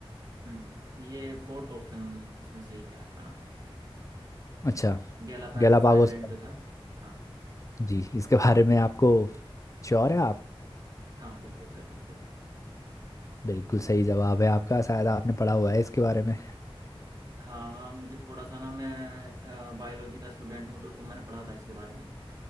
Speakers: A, on the right; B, on the left.
A: हम्म ये फोर्थ ऑप्शन इसमें सही है आपका ना
B: अच्छा
A: गैलापागोस
B: गैलापागोस
A: आइलैंड
B: का
A: जो था हाँ
B: जी इसके बारे में आपको श्योर है आप
A: हाँ बिल्कुल सर बिल्कुल
B: बिल्कुल सही जवाब है आपका शायद आपने पढ़ा हुआ है इसके बारे में
A: हाँ मुझे थोड़ा सा ना मैं बायोलॉजी का स्टूडेंट हूँ तो, तो मैंने पढ़ा था इसके बारे में